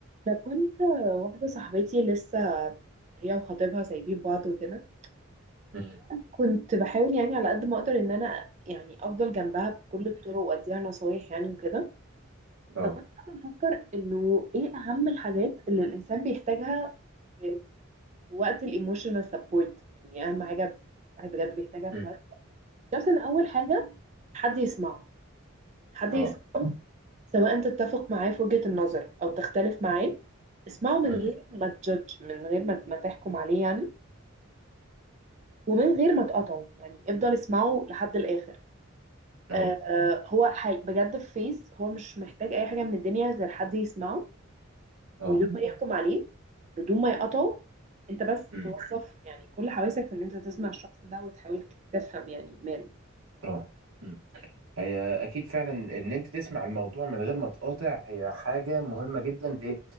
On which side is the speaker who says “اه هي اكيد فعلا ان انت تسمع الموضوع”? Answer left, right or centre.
Right